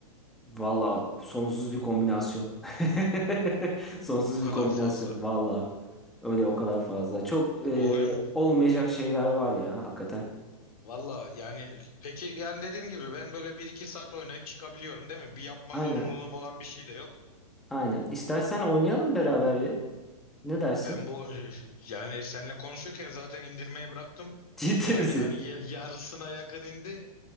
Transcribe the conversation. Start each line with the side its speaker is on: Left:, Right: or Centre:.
Centre: Valla sonsuz bir kombinasyon. <laughs> Sonsuz
Left: O kadar
Centre: bir kombinasyon
Left: fazla.
Centre: valla. Öyle o kadar fazla. Çok e,
Left: Bu oyun bu-
Centre: olmayacak şeyler var ya hakikaten.
Left: valla yani peki yani dediğim gibi ben böyle bir iki saat oynayıp çıkabiliyorum değil mi? Bir yapma
Centre: Aynen
Left: zorunluluğum olan bir şey de yok.
Centre: aynen. İstersen oynayalım beraber bir. Ne dersin?
Left: Ben bu <laughs> yani seninle konuşurken zaten indirmeye bıraktım.
Centre: <laughs> Ciddi
Left: Ya
Centre: misin?
Left: yani ya- yarısına yakın indi.